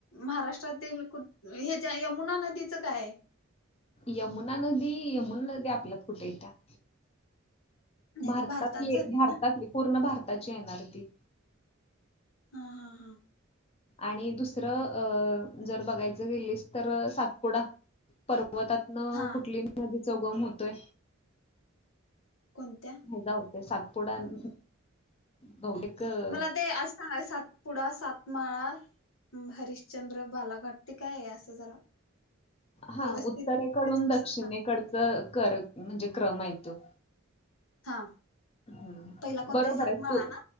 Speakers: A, on the left; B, on the left.
A: महाराष्ट्रातील कुठ हेच्या यमुना नदीचं काय हाय
B: यमुना नदी यमुना नदी आपल्यात कुटं इत्या
A: नाही
B: भारतातली
A: ती भारतात झाली
B: भारतातली
A: ना
B: पूर्ण भारताची येणार ती
A: हा हा हा
B: आणि दुसरं अ जर बघायचं गेलीस तर सातपुडा पर्वतात नं
A: हा हा
B: कुठली नदीचा उगम होतोय.
A: कोणत्या
B: हे जाऊदे सातपुडा न बहुतेक अ,
A: मला ते असं सांगा सातपुडा सातमाळा हरिश्चंद्र बालाघाट ते काय आहे असं जरा
B: हा
A: व्यवस्थित
B: उत्तरेकडून
A: नुसार
B: दक्षिणेकडचं
A: सांग.
B: कर म्हणजे क्रम हाय त्यो.
A: हा
B: हम्म
A: पहिला कोणताही
B: बरोबर
A: सातमाळा
B: आहेस तू.
A: ना